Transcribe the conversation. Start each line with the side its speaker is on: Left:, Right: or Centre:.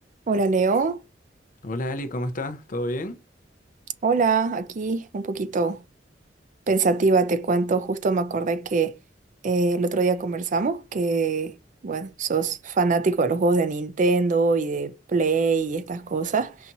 Right: Hola Leo,
Left: Hola Ali, ¿cómo estás? ¿Todo bien?
Right: hola, aquí un poquito pensativa te cuento, justo me acordé que eh, el otro día conversamos que, bueno, sos fanático de los juegos de Nintendo y de Play y estas cosas,